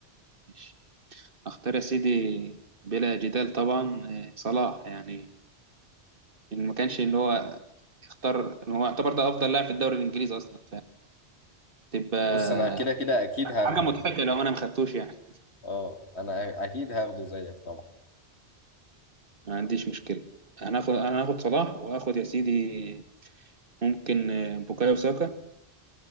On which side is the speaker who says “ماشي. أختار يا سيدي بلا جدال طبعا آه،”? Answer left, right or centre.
Right